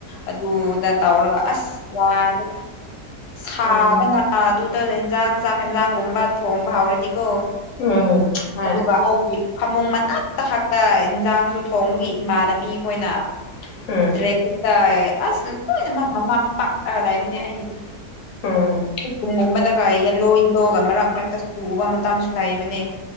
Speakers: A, on the left; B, on the left.
A: ꯑꯗꯨꯗ ꯇꯧꯔꯒ ꯑꯁ ꯌꯥꯗꯦꯗ ꯁꯥꯕꯅ
B: ꯎꯝ
A: ꯑꯗꯨꯗ ꯏꯟꯖꯥꯡ ꯆꯥꯛ ꯌꯦꯟꯖꯥꯡꯒꯨꯝꯕ ꯊꯣꯡꯕ ꯍꯧꯔꯗꯤꯀꯣ
B: ꯎꯝ ꯍꯣꯏ
A: ꯑꯗꯨꯒ ꯑꯩꯒꯤ ꯐꯃꯨꯡ ꯃꯅꯥꯛꯇ ꯈꯛꯇ ꯏꯟꯖꯥꯡꯁꯨ ꯊꯣꯡꯕꯒꯤ ꯏꯃꯥꯟꯅꯕꯤꯈꯣꯏꯅ
B: ꯎꯝ
A: ꯗ꯭ꯔꯦꯁꯇ <unintelligible> ꯑꯁ ꯂꯣꯏꯅ ꯃꯃꯝ ꯄꯥꯛꯂ ꯂꯩꯕꯅꯦ ꯑꯩꯒꯤꯗꯤ
B: ꯎꯝ
A: ꯨꯝꯒꯨꯝꯕꯗꯒꯥꯏ ꯌꯦꯜꯂꯣ ꯌꯦꯜꯂꯣꯒ ꯃꯔꯛ ꯃꯔꯛꯇ ꯆꯨ ꯎꯕ ꯃꯇꯝꯁꯨ ꯂꯩꯏꯕꯅꯦ